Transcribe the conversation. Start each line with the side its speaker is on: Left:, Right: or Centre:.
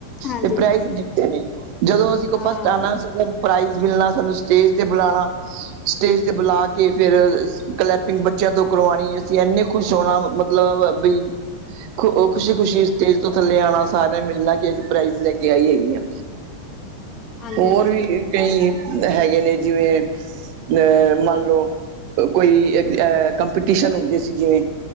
Left: ਹਾਂਜੀ-ਹਾਂਜੀ
Right: ਤੇ ਪ੍ਰਾਈਜ਼ ਜਿੱਤੇ ਨੇ, ਜਦੋਂ ਅਸੀਂ ਕੋਈ
Left: ਹਾਂ।
Right: ਫਸਟ ਆਣਾ ਸੀ ਗਾ ਪ੍ਰਾਈਜ਼ ਮਿਲਣਾ, ਸਾਨੂੰ ਸਟੇਜ ਤੇ ਬੁਲਾਣਾ। ਸਟੇਜ ਤੇ ਬੁਲਾ ਕੇ, ਫੇਰ ਕਲੈਪਿੰਗ ਬੱਚਿਆਂ ਤੋਂ ਕਰਵਾਣੀ ਐ। ਬੱਚੇ ਐਨੇ ਖੁਸ਼ ਹੋਣਾ ਮਤਲਬ ਬਈ ਖ਼ੁਸ਼ੀ ਉਹ ਖੁਸ਼ੀ-ਖੁਸ਼ੀ ਸਟੇਜ ਤੋਂ ਥੱਲੇ ਆਣਾ, ਸਾਰਿਆਂ ਨੇ ਮਿਲਣਾ ਕਿ ਅਸੀਂ ਪ੍ਰਾਈਜ਼ ਲੈ ਕੇ ਆਈ-ਆਈ ਹਾਂ।
Left: ਹਾਂਜੀ-ਹਾਂਜੀ,
Right: ਹੋਰ ਵੀ ਕਈ ਹੈਗੇ ਨੇ, ਜਿਵੇਂ ਅ ਮੰਨ ਲੋ ਕੋਈ ਐਹ ਕੰਪੀਟੀਸ਼ਨ ਹੁੰਦੇ ਸੀ। ਸੀ ਜਿਵੇਂ